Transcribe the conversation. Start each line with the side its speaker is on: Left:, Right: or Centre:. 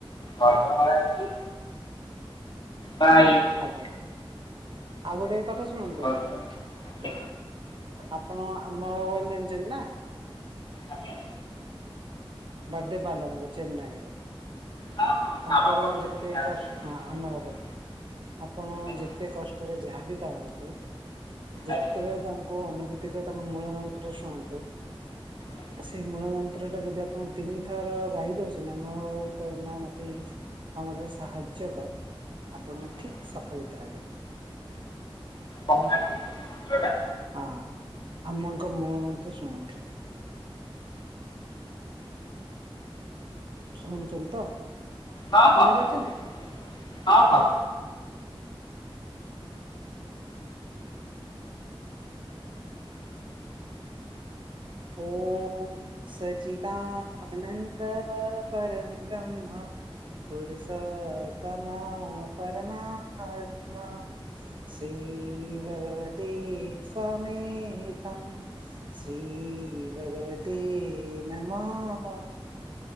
Left: ଭଲ ଆଖି ପାଇ
Right: ଆଜ୍ଞା ଆଉ ଗୋଟେ କଥା ଶୁଣନ୍ତୁ?
Left: ଭଲ ଆଜ୍ଞା
Right: ଭାଇ ଆପଣ ଆମ <inaudible> ଜାଣିଛନ୍ତି ନା?
Left: ଆଜ୍ଞା
Right: ବାଦେ ପାଲମର ଚେନ୍ନାଇର।
Left: ହଁ ହଁ
Right: ତାଙ୍କର
Left: ଆମ ଭଗବାନଙ୍କୁ
Right: ଯେତେ
Left: ଜାଣିଛି।
Right: କଷ୍ଟ ହଁ
Left: ଆଜ୍ଞା
Right: ଆମ ହବ। ଆପଣ
Left: ଆଜ୍ଞା
Right: ଯେତେ କଷ୍ଟରେ ଯାହା ବିି ଥାଆନ୍ତୁ। ଯେତେବେଳେ
Left: ଆଜ୍ଞା
Right: ତାଙ୍କୁ ଅନୁଭୂତି କରି ତାଙ୍କ ମୂଳ ମନ୍ତ୍ର ଶୁଣନ୍ତୁ।
Left: ଆଜ୍ଞା।
Right: ସେଇ ମୂଳ ମନ୍ତ୍ର ଟା ଯଦି ଆପଣ ତିନିଥର ଗାଇ ଦଉଛନ୍ତି। ଆମ ଉଙ୍କ ମା ମ ତ ଏଇ କାମଟିରେ ସାହାଯ୍ୟ କର ଆପଣ
Left: ଆଜ୍ଞା
Right: ଠିକ ସଫଳିତ ହେବେ?
Left: କହୁନାହାନ୍ତି। ମନ୍ତ୍ର ଟା
Right: ହଁ ଆଉ ଆମାଙ୍କ ମୂଳ ମନ୍ତ୍ର ଶୁଣନ୍ତୁ। ଶୁଣୁଚନ୍ତି ତ?
Left: ହଁ
Right: ଶୁଣିପାରୁଛନ୍ତି?
Left: ହଁ ଶୁଣୁଚି ମୁଁ ଶୁଣିଚି ହଁ ହଁ।
Right: ହୁଁ ହୁଁବେ। ଓମ୍ ସଚିତାନନ୍ଦ ପରମ ବ୍ରହ୍ମ ପୁରୁଷତମା ପରମାତ୍ମା ଶ୍ରୀ ଭଗବତେ ସମେତମ୍ ଶ୍ରୀ ଭଗବତେ ନମ୍ଃ।